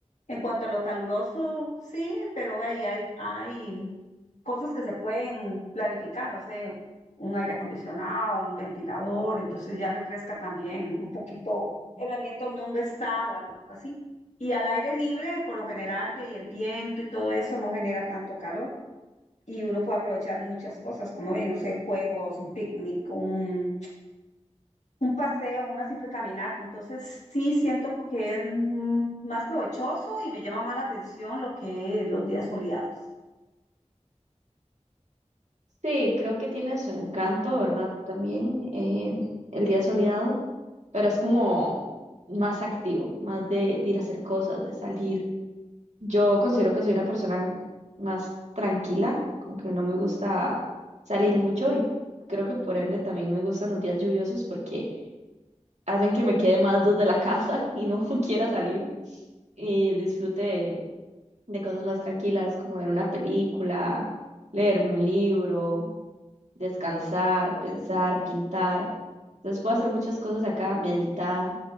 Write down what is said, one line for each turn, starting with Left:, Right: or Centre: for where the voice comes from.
Left: En cuanto a lo caluroso, sí, pero ahí hay, hay cosas que se pueden clarificar, no sé, un aire acondicionado, un ventilador, entonces ya refresca también un poquito el ambiente donde uno está o algo así. Y al aire libre, por lo general, y el viento y todo eso no genera tanto calor y uno puede aprovechar muchas cosas, como bien, no sé, juegos, un picnic, un, un, paseo, una simple caminata. Entonces, sí siento que es mm, más provechoso y me llama más la atención lo que los días soleados.
Right: Sí, creo que tiene su encanto, ¿verdad? También eh, el día soleado, pero es como más activo, más de, de ir a hacer cosas, de salir. Yo considero que soy una persona más tranquila, como que no me gusta salir mucho y creo que por ende también me gustan los días lluviosos porque hacen que me quede más desde la <laughs> casa y no <laughs> quiera salir y disfrute de cosas más tranquilas, como ver una película, leerme un libro, descansar, pensar, pintar. Entonces puedo hacer muchas cosas acá, meditar,